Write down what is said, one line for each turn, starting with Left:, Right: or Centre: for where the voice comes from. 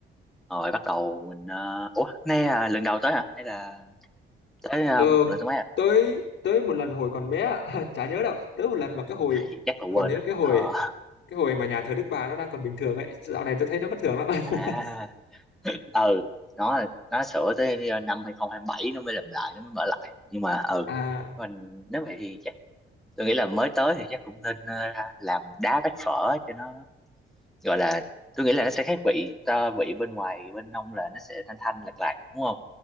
Centre: rồi bắt đầu mình ờ, ủa nay là lần đầu tới hả hay là tới ờ,
Left: Ờ,
Centre: lần thứ mấy à
Left: tới tới một lần hồi còn bé á, <laughs> chả nhớ đâu. Tới một lần mà cái hồi
Centre: Thì chắc là quên
Left: tôi còn nhớ
Centre: hết
Left: cái hồi
Centre: ờ
Left: cái hồi mà nhà thờ Đức Bà nó đang còn bình thường ấy. Dạo này tôi thấy nó bất thường lắm.
Centre: à
Left: <laughs>
Centre: ừ nó nó sửa tới ờ, năm 2027 nó mới làm lại nó mới mở lại nhưng mà ừ
Left: À,
Centre: mình nếu vậy thì chắc tôi nghĩ là mới tới thì chắc cũng nên ờ, ra làm đá bát phở cho nó gọi là tôi nghĩ là nó sẽ khác vị ta vị bên ngoài bên nông là nó sẽ thanh thanh lạt lạt đúng không